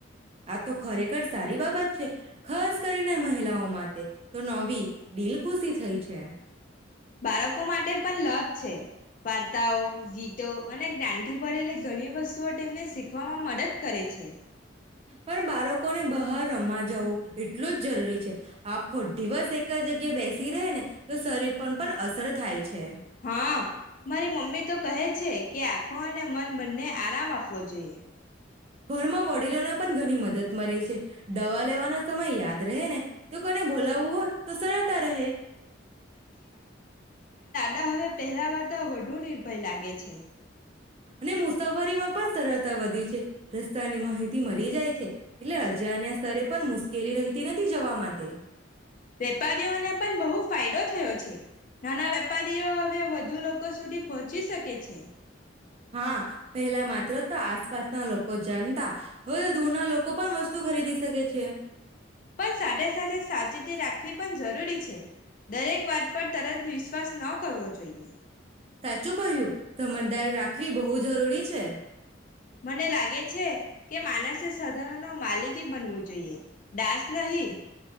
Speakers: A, on the right; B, on the left.
A: આ તો ખરેખર સારી બાબત છે ખાસ કરીને મહિલાઓ માટે. તો નવી દિલ ખુશી થઈ છે. <inaudible>
B: બાળકો માટે પણ લભ છે. વાર્તાઓ ગીતો અને દંઠથી ભરેલી ઘણી વસ્તુઓ તેમને શીખવામાં મદદ કરે છે.
A: પણ બાળકોને બહાર <unintelligible> જવું એટલું જ જરૂરી છે આખો દિવસ એક જ જગ્યા બેસી રહેને તો શરીર પર પણ અસર થાય છે.
B: હા મારી મમ્મી તો કહે છે કે આખો અને મન બનને આરામ આપવો જોઈએ.
A: ઘરમાં વડીલોને પણ ઘણી મદદ મળે છે દવા લેવાનો સમય યાદ રહે ને. તો કોને બોલાવવું હોય તો સરળતા રહે.
B: દા હવે પહેલા વાર તો વધુ નિર્ભય લાગે છે.
A: અને મુસાફરીમાં પણ સરળતા વધી છે. રસ્તાની માહિતી મળે. જાય છે. એટલે અજાન્યા સ્તરે પણ મુશ્કેલી રહતી નથી તી જવા માટે
B: વેપારીઓને પણ બહુ ફાયદો થયો છે નાના વેપારીઓ હવે વધુ લોકો સુધી પહોંચી શકે છે
A: હા પેલા માત્ર તો આસપાસના લોકો કો જનતા હોવે તો દૂરના લોકો પણ વસ્તુ ખરીદી શકે છે
B: પણ સાથે સાથે સાચેતી રાખવી પણ જરૂરી છે દરેક વાત પર તરત વિશ્વાસ ન કરવો જોઈએ
A: સાચું કહ્યું સમજદાર રાખવી બહુ જ જરૂરી છે
B: મને લાગે છે કે માનસ સાધરણ નો માલિકી બનવો જોઈએ દાસ નહી